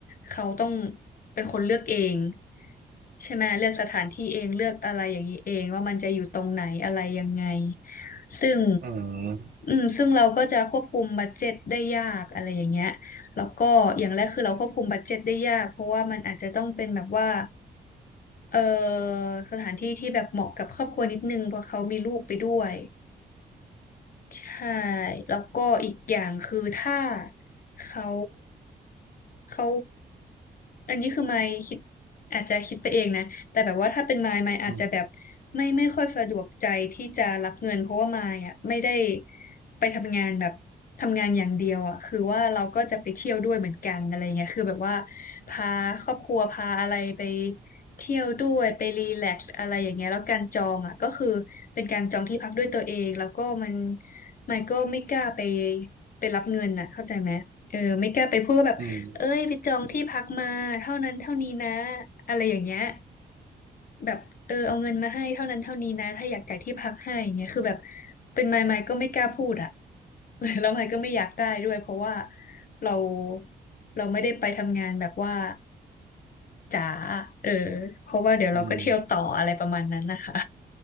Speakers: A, on the left; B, on the right.
A: เขาต้องเป็นคนเลือกเองใช่ไหมเลือกสถานที่เองเลือกอะไรอย่างนี้เองว่ามันจะอยู่ตรงไหนอะไรยังไงซึ่ง
B: อืม
A: อืมซึ่งเราก็จะควบคุมบัดเจ็ตได้ยากอะไรอย่างเงี้ย แล้วก็อย่างแรกคือเราควบคุมบัดเจ็ตได้ยากเพราะว่ามันอาจจะต้องเป็นแบบว่าเอ่อสถานที่ที่แบบเหมาะกับครอบครัวนิดนึงเพราะเขามีลูกไปด้วยใช่แล้วก็อีกอย่างคือถ้าเขาเขาอันนี้คือไม่คิดอาจจะคิดไปเองนะ แต่แบบว่าถ้าเป็นมายมายอาจจะแบบ
B: อืม
A: ไม่ไม่ค่อยสะดวกใจที่จะรับเงินเพราะว่ามายอ่ะไม่ได้ไปทำงานแบบทำงานอย่างเดียวอ่ะคือว่าเราก็จะไปเที่ยวด้วยเหมือนกันอะไรเงี้ยคือแบบว่าพาครอบครัวพาอะไรไปเที่ยวด้วยไปรีแลกซ์อะไรอย่างเงี้ยแล้วการจองอ่ะก็คือเป็นการจองที่พักด้วยตัวเองแล้วก็มันมายก็ไม่กล้าไปไปรับเงินอ่ะเข้าใจไหมเออไม่กล้าไปพูดว่าแบบ
B: อืม
A: เอ้ยไปจองที่พักมาเท่านั้นเท่านี้นะอะไรอย่างเงี้ยแบบเออเอาเงินมาให้เท่านั้นเท่านี้นะถ้าอยากจ่ายที่พักให้อย่างเงี้ยคือแบบเป็นไมค์ไมค์ก็ไม่กล้าพูดอ่ะ <laughs> แล้วไมค์ก็ไม่อยากได้ด้วยเพราะว่าเราเราไม่ได้ไปทำงานแบบว่าจ๋าเออเพราะว่าเดี๋ยวเราก็เที่ยวต่ออะไรประมาณนั้นนะคะ
B: อืม